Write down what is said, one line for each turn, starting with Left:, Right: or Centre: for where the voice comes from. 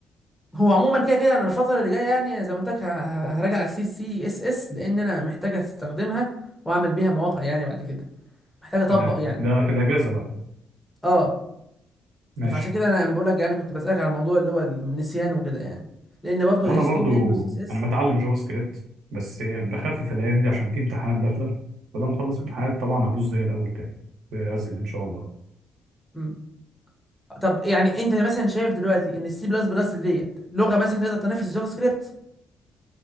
Centre: هو عموما كده كده انا الفتره اللي جايه يعني زي ما قلت لك ه- ه- هراجع على السي سي اس اس لان انا محتاج استخدمها واعمل بيها مواقع يعني بعد كده محتاج اطبق
Right: تمام
Centre: يعني
Right: ده في الاجازه بقى
Centre: اه
Right: ماشي
Centre: فعشان كده انا بقول لك يعني كنت بسالك على الموضوع اللي هو النسيان وكده يعني لان برضه
Right: وانا
Centre: ال HTML
Right: برضو
Centre: وال CSS
Right: انا بتعلم جافا سكريبت بس بخفف الايام دي عشان في امتحانات داخله ولما اخلص
Centre: مم.
Right: امتحانات طبعا هدوس زي الاول تاني ويعزل ان شاء الله
Centre: مم. طب يعني انت مثلا شايف دلوقتي ان السي بلس بلس ديت لغه مثلا تقدر تنافس الجافا سكريبت